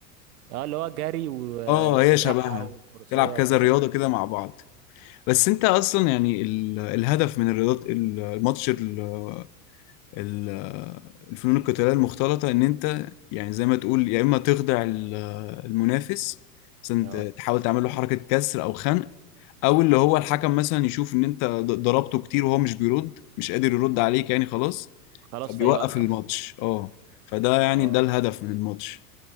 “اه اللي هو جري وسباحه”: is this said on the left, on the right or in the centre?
Right